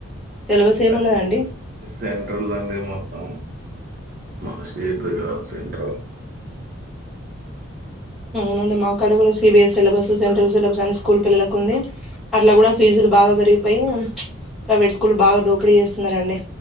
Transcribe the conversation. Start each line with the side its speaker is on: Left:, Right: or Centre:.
Centre: సిలబస్ ఏమున్నదండి
Right: అది సెంట్రలో ఉంది మొత్తం మా శీదుగా సెంటల్
Centre: అవునండి మాక్కడ కూడా C B S syllabus central syllabus అని స్కూల్ పిల్లలకు ఉంది అట్లా కూడా ఫీజులు బాగా పెరిగిపోయి ప్రైవేట్ స్కూల్ బాగా దోపిడీ చేస్తున్నరండి